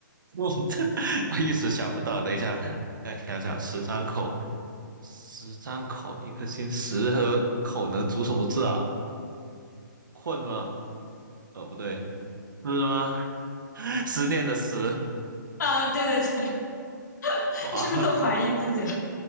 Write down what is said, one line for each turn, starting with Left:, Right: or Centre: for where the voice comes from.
Right: 我 <laughs> 我一时想不到，等一下再想想，十张口。十张口一颗心，十和口能组什么字啊？困吗？呃，不对，是吗？<laughs> 思念的思
Left: 啊，对对对，<laughs>
Right: 啊，
Left: 是不是都怀疑自己了？